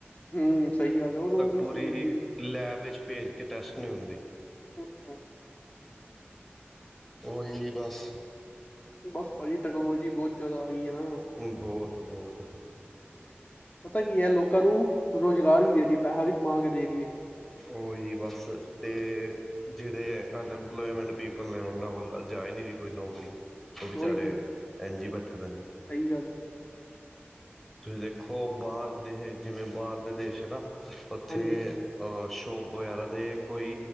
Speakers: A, on the left; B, in the centre.
A: ਹੂੰ ਸਹੀ ਗੱਲ ਉਹ ਤੁਹਾਨੂੰ ਦੱਸ
B: ਪੂਰੀ
A: ਲਿਆ ਜ
B: ਲੈਬ ਵਿੱਚ ਭੇਜ ਕੇ ਟੈਸਟ ਨਹੀਂ ਹੁੰਦੇ
A: ਆਹੋ
B: ਉਹੀ ਬਸ
A: ਬਸ ਭਾਜੀ ਟੈਕਨੋਲੋਜੀ ਬਹੁਤ ਜ਼ਿਆਦਾ ਆਈ ਹੈ ਨਾ
B: ਹੁਣ ਬਹੁਤ ਬਹੁਤ
A: ਪਤਾ ਕੀ ਹੈ ਲੋਕਾਂ ਨੂੰ ਰੁਜ਼ਗਾਰ ਵੀ ਦੇ ਰਹੀ ਹੈ ਪੈਸਾ ਵੀ ਕਮਾ ਕੇ ਦੇ ਰਹੀ ਹੈ
B: ਉਹੀ ਬਸ ਤੇ ਜਿਹੜੇ ਅਨਐਮਪਲੋਮੈਂਟ ਪੀਪਲ ਨੇ ਉਹਨਾਂ ਕੋਲ ਜਾਏ ਨੀ ਕੋਈ ਨੌਕਰੀ ਉਹ ਵਿਚਾਰੇ
A: ਉਹੀ ਤੇ
B: ਇੰਝ ਹੀ ਬੈਠੇ ਰਹਿੰਦੇ ਨੇ।
A: ਸਹੀ ਗੱਲ ਹੈ
B: ਤੁਸੀਂ ਦੇਖੋ ਬਾਹਰ ਦੇ ਜਿਵੇਂ ਬਾਹਰ ਦੇ ਦੇਸ਼ ਨਾ ਉੱਥੇ
A: ਹਾਂਜੀ
B: ਅ ਸ਼ੋਪ ਵਗੈਰਾ ਤੇ ਕੋਈ